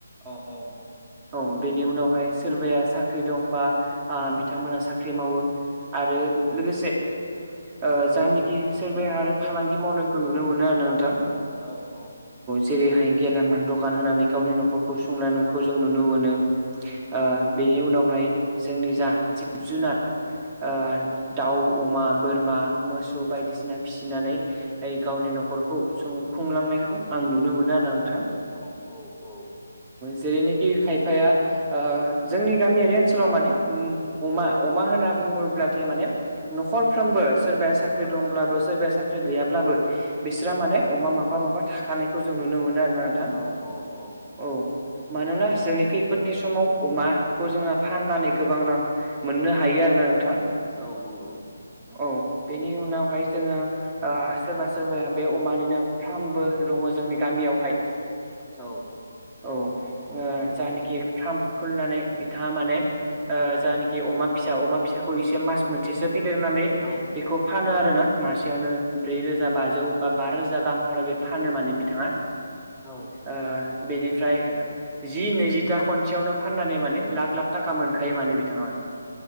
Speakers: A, in the centre; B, on the right.
A: औ औ।
B: औ बेनि उनावहाय सोरबाया साख्रि दं बा आ बिथांमोना
A: औ
B: साख्रि मावो आरो
A: औ औ
B: लोगोसे ओ जानोखि सोरबाया आरो फालांगि मावनायखौ नुनो मोनो आरो ना नोंथां।
A: औ औ।
B: जेरैहाय गेलामाल दखान होनानै गावनि न'खरखौ सुंलांनायखौ जों नुनो मोनो। ओ बेनि उनावहाय जोंनि जा जिब जुनाद ओ दाउ, अमा, बोरमा, मोसौ बायदिसिना फिसिनानै गावनि न'खरखौ सुं खुंलांनायखौ आं नुनो मोनो आरो नो
A: औ औ औ।
B: जेरैनोखि खायफाया ओ जोंनि गामियारि ओनसोलाव माने उम अमा अमा होनना बुङोब्लाथाय माने न'खरफ्रोमबो सोरबाया साख्रि
A: औ
B: दंब्लाबो
A: औ
B: सोरबाया सा साख्रि गैयाब्लाबो बिसोरा माने अमा माफा माफा थाखानायखौ जों नुनो मोनो आ ना नोंथां
A: औ औ औ
B: औ। मानोना जोंनि खैफोदनि समाव अमाखौ जोङो फाननानै गोबां रां मोननो हायो आरो ना नोंथां।
A: औ नंगौ।
B: औ बेनि उनावहाय जोङो ओ सोरबा सोरबाया बे अमानिनो फ्रामबो दङ' जोंनि गा मियावहाय
A: औ।
B: औ ओ जानिखि फ्राम खुलिनानै बिथाङा माने ओ जानि खि अमा फिसा अमा फिसाखौ एसे मास मोनसेसो फेदेरनानै
A: औ
B: बेखौ फानो आ आरोना मासेयावनो ब्रै रोजा बाजौ बा बा रोजा गाहामहालागै फानो माने बिथाङा।
A: औ
B: ओ बेनिफ्राय जि नैजिथा खनसेयावनो फाननानै माने लाख लाख थाखा मोनखायो माने बिथाङा ।